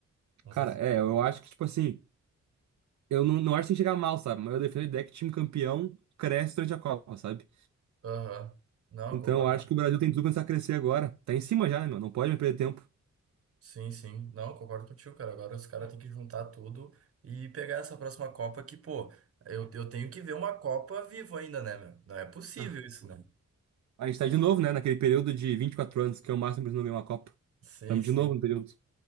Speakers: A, on the right; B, on the right.
A: Não
B: Cara,
A: sei se
B: é,
A: tem
B: eu acho
A: isso.
B: que, tipo assim, eu não, não acho que tem que chegar mal, sabe? Mas eu defendo a ideia que time campeão cresce durante a Copa, sabe?
A: Aham. Não,
B: Então
A: eu concordo
B: eu acho que o Brasil tem tudo pra começar a crescer agora. Tá em cima já, né, meu? Não pode mais perder tempo.
A: Sim, sim. Não, concordo contigo, cara. Agora os caras têm que juntar tudo e pegar essa próxima Copa que, pô, eu, eu tenho que ver uma Copa vivo ainda, né, meu? Não é possível
B: Ah,
A: isso, né?
B: A gente tá de novo, né, naquele período de 24 anos, que é o máximo pra gente não ganhar uma Copa.
A: Sim,
B: Tamo de
A: sim.
B: novo no período.